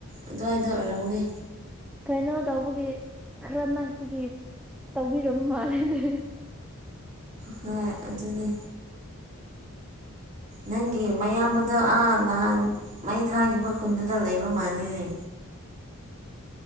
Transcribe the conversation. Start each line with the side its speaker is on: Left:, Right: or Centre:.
Right: ꯑꯗꯨꯋꯥꯏꯗ ꯑꯣꯏꯔꯝꯒꯅꯤ
Centre: ꯀꯩꯅꯣ ꯇꯧꯕꯒꯤ ꯈꯔ ꯅꯛꯄꯒꯤ ꯇꯧꯕꯤꯔꯝ ꯃꯥꯜꯂꯦꯅꯦ
Right: ꯍꯣꯏ ꯑꯗꯨꯅꯦ ꯅꯪꯒꯤ ꯃꯌꯥꯝꯕꯗꯣ ꯑꯥ ꯅꯍꯥꯟ ꯃꯩ ꯊꯥꯈꯤꯕ ꯈꯨꯟꯗꯨꯗ ꯂꯩꯕ ꯃꯥꯜꯂꯤꯅꯦ